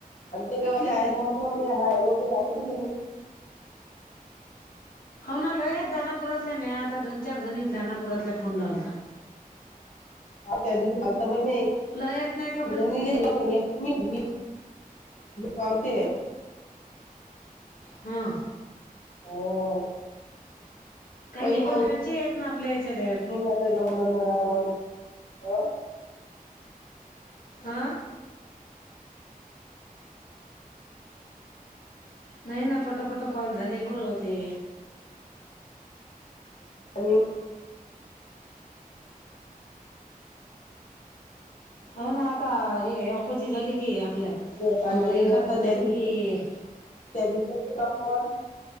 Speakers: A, on the left; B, on the left.
A: आम ते गावले आहेत मग <unintelligible>
B: हो ना लय आहेत दानापुरातल्या म्या आता दोन चार जणी दानापुरातल्या फोन लावलता.
A: त्यात म ज <unintelligible>
B: लय येत नाही का बरी
A: तुम्ही पावते <unintelligible>
B: हा.
A: हो.
B: काही
A: पहिन
B: ईवर
A: मग
B: खर्च येत ना आपल्या याच्या रेट
A: आता जमला रा ला <unintelligible>
B: हा. नाही ना पटपट कॉल झाले बरं होते.
A: आणि <unintelligible>
B: हो ना आता हे, अखोजी झाली की, आपल्या
A: पाणी
B: अं..
A: बिणी
B: एकादस
A: असतं
B: झाली
A: त्या दिवशी
B: की-
A: त्या <unintelligible> नंबर